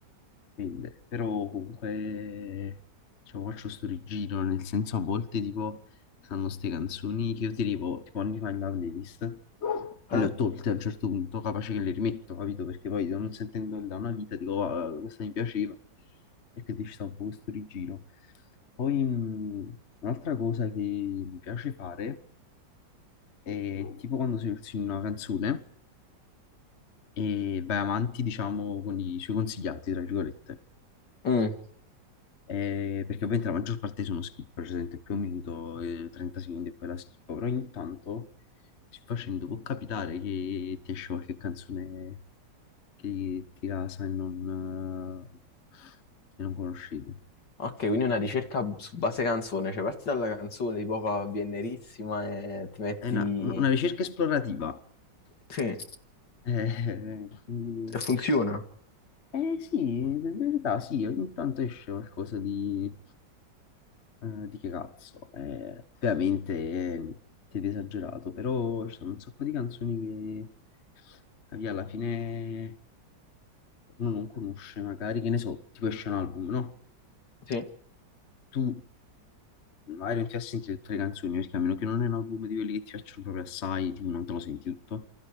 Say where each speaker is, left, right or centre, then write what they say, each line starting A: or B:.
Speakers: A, on the left (about 40°); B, on the left (about 70°).
A: dipende. Però comunque cioè, faccio sto rigiro, nel senso a volte tipo fanno ste canzoni che io tenevo tipo anni fa in la playlist, che
B: Eh?
A: le ho tolte a un certo punto, capace che le rimetto, capito? Perché poi non sentendo da una vita dico, "Ah, questa mi piaceva, e quindi ci sta un po' questo rigiro. Poi mh, un'altra cosa che mi piace fare è tipo quando si una canzone e vai avanti, diciamo, con i suoi consigliati, tra virgolette.
B: Mm.
A: Eh, perché ovviamente la maggior parte sono skip, per esempio più un minuto e 30 secondi e poi la skippo, però ogni tanto si facendo può capitare che ti esce qualche canzone che ti casa e non, eh, e non conoscevi.
B: Ok, quindi una ricerca su base canzone, cioè parti dalla canzone, tipo fa Viennerissima e ti metti...
A: È una, una ricerca esplorativa.
B: Sì,
A: Eh, <laughs> quindi-
B: e funziona.
A: eh, sì, in verità sì, ogni tanto esce qualcosa di, Eh, di che cazzo? Eh, ovviamente è niente di esagerato, però ci sono un sacco di canzoni che capì, alla fine uno non conosce, magari che ne so, tipo esce un album, no?
B: Sì,
A: tu magari non ti vai a sentire tutte le canzoni, perché a meno che non è un album di quelli che ti piacciono proprio assai, tipo non te lo senti tutto,